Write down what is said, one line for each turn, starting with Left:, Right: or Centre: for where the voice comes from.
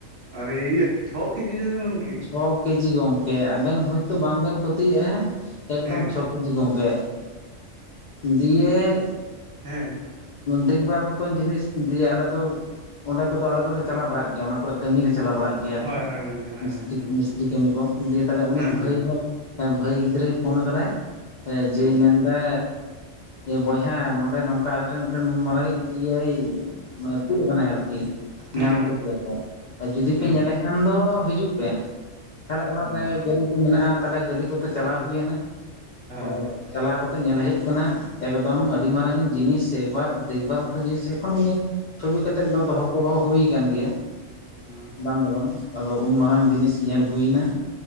Right: ᱟᱨ ᱤᱭᱟᱹ ᱪᱷᱚ ᱠᱤᱡᱤ ᱨᱮᱱ ᱜᱚᱢᱠᱮ?
Left: ᱪᱷᱚ ᱠᱮᱡᱤ ᱜᱚᱝᱠᱮ ᱟᱵᱮᱱ ᱦᱚᱭᱛᱚ ᱵᱟᱝ ᱵᱮᱱ ᱯᱟᱹᱛᱭᱟᱹᱜᱼᱟ ᱮᱠᱫᱚᱢ
Right: ᱦᱮᱸ
Left: ᱪᱷᱚ ᱠᱮᱡᱤ ᱜᱚᱝᱠᱮ᱾ ᱫᱤᱭᱮ
Right: ᱦᱮᱸ
Left: ᱫᱮᱜ ᱵᱟᱨ ᱢᱚᱛᱚᱱ ᱡᱤᱱᱤᱥ ᱫᱤᱭᱮ ᱟᱞᱮ ᱫᱚ ᱚᱸᱰᱮ ᱠᱚᱫᱚ ᱟᱞᱮ ᱫᱚᱞᱮ ᱪᱟᱞᱟᱣ ᱵᱟᱲᱟᱜ ᱜᱮᱭᱟ ᱚᱱᱟ ᱠᱚᱨᱮ ᱠᱟᱹᱢᱤᱞᱮ ᱪᱟᱞᱟᱣ ᱵᱟᱲᱟᱜ ᱜᱮᱭᱟ᱾ ᱜᱮ ᱟᱨᱠᱤ
Right: ᱦᱳᱭ ᱦᱳᱭ ᱜᱚᱝᱠᱮ ᱦᱳᱭ
Left: ᱢᱤᱥᱛᱨᱤ,
Right: ᱦᱳᱭ ᱦᱮᱸ
Left: ᱢᱤᱥᱛᱨᱤ ᱠᱟᱹᱢᱤ ᱠᱚ ᱫᱤᱭᱮ ᱛᱟᱦᱚᱞᱮ ᱩᱱᱤ
Right: ᱦᱮᱸ ᱦᱮᱸ
Left: ᱵᱷᱟᱹᱭ ᱦᱚᱸ ᱮᱻ ᱵᱷᱟᱹᱭ ᱜᱤᱫᱽᱨᱟᱹᱭ ᱯᱷᱳᱱ ᱟᱠᱟᱫᱟᱭ
Right: ᱦᱩᱸ
Left: ᱡᱮ ᱢᱮᱱᱫᱟ ᱵᱚᱭᱦᱟ ᱱᱚᱰᱮ ᱱᱚᱝᱠᱟ ᱟᱞᱮ ᱴᱷᱮᱱ ᱢᱤᱫᱴᱮᱱ ᱱᱩᱱ ᱢᱟᱨᱟᱝᱤᱡ ᱤᱭᱟᱹᱭ ᱛᱩᱫ ᱟᱠᱟᱱᱟᱭ ᱟᱨᱠᱤ ᱧᱟᱢ
Right: ᱦᱩᱸ
Left: ᱠᱟᱫᱮᱭᱟ ᱠᱚ᱾ ᱡᱩᱫᱤ ᱯᱮ
Right: ᱦᱩᱸ
Left: ᱧᱮᱞᱮ
Right: ᱦᱩᱸ
Left: ᱠᱷᱟᱱ ᱫᱚ ᱦᱤᱡᱩᱜ ᱯᱮ ᱛᱟᱦᱚᱞᱮ ᱚᱲᱟᱜ
Right: ᱦᱳᱭ
Left: ᱨᱮ
Right: ᱦᱳᱭ ᱦᱳᱭ
Left: ᱜᱟᱹᱰᱤ ᱢᱮᱱᱟᱜᱼᱟ ᱛᱟᱦᱚᱞᱮ ᱜᱟᱹᱰᱤ ᱠᱚᱛᱮ ᱪᱟᱞᱟᱣ ᱦᱩᱭᱮᱱᱟ ᱛᱚ
Right: ᱦᱩᱸ
Left: ᱪᱟᱞᱟᱣ ᱠᱟᱛᱮ ᱧᱮᱞᱮ ᱦᱩᱭᱩᱜ ᱠᱟᱱᱟ ᱮᱠᱫᱚᱢ ᱟᱹᱰᱤ ᱢᱟᱨᱟᱝ ᱤᱡ ᱡᱤᱱᱤᱥ ᱮᱠᱵᱟᱨ ᱫᱮᱜᱵᱟᱨ ᱢᱚᱛᱚ ᱡᱤᱱᱤᱥ ᱮᱠᱷᱚᱱᱳ ᱩᱱᱤ ᱪᱷᱚᱵᱤ ᱠᱟᱛᱮᱫ ᱫᱚ ᱫᱚᱦᱚ ᱯᱚᱦᱚᱸ ᱦᱩᱭ ᱟᱠᱟᱱ ᱜᱮᱭᱟ
Right: ᱦᱳᱭ
Left: ᱵᱟᱝ ᱫᱚ ᱵᱟᱝ᱾ ᱟᱫᱚ ᱩᱱ ᱢᱟᱨᱟᱝ ᱡᱤᱱᱤᱥ ᱧᱮᱞ ᱦᱩᱭᱮᱱᱟ